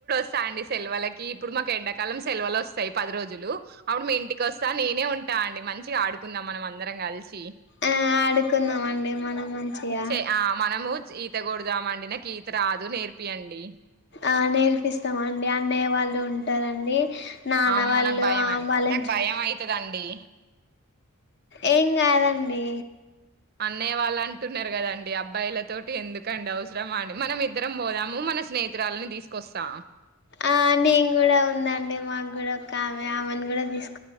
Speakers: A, on the right; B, on the left.
A: స్థాండీ సెలవాళ్ళకి ఇప్పుడు మా ఎండాకాలం సెలవులు వస్తాయి పది రోజులు అప్పుడు మ మీ ఇంటికి వస్తా నేనే ఉంట అండి మంచిగా ఆడుకుందాం మనం అందరం కలిసి
B: ఆ ఆడుకుందాం అండి మనం మంచిగా
A: చే ఆ మనము <unintelligible> ఈత రాదు నేర్పియండి
B: ఆ నేర్పిస్తాండి అన్నయ్య వాళ్ళు ఉంటారండి నాన్న
A: అమ్మో
B: వాళ్ళు
A: నాకు భయం
B: వాళ్ళని
A: నాకు భయం అయితది అండి
B: ఏం కాదు అండి
A: అన్నయ వాళ్ళు అంటున్నారు కదండి అబ్బాయిలతోటి ఎందుకండి అవసరం అని మనం ఇద్దరం పోదాము మన స్నేహితురాలని తీసుకొస్తా
B: ఆ నేను కూడా ఉందండి మాకు కూడా ఒక ఆమె ఆమెను కూడా తీసుకు